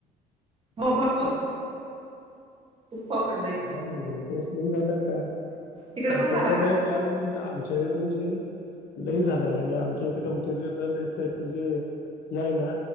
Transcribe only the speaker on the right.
हो भरपुर खुप पाऊस पडलाय की
तिकडं
पण
झाला का